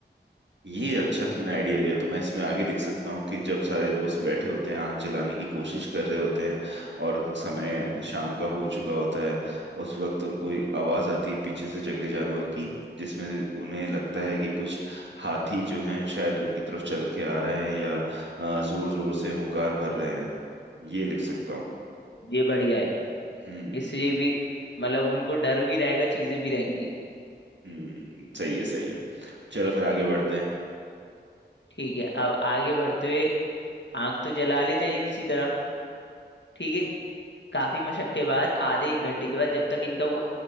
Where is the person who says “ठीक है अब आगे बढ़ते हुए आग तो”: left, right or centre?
Left